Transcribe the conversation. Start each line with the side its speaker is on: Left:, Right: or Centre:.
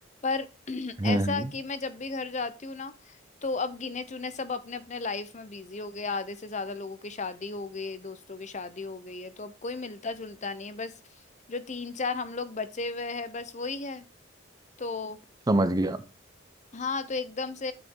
Left: पर <clears throat>
Right: हम्म
Left: ऐसा
Right: हम्म,
Left: कि मैं जब भी घर जाती हूँ ना तो अब गिने चुने सब अपने अपने लाइफ में बिजी हो गए आधे से ज्यादा लोगों की शादी हो गई दोस्तों की शादी हो गई है तो अब कोई मिलता जुलता नहीं है बस जो तीन चार हम लोग बचे हुए हैं बस वही है तो
Right: समझ गया
Left: हाँ तो एकदम से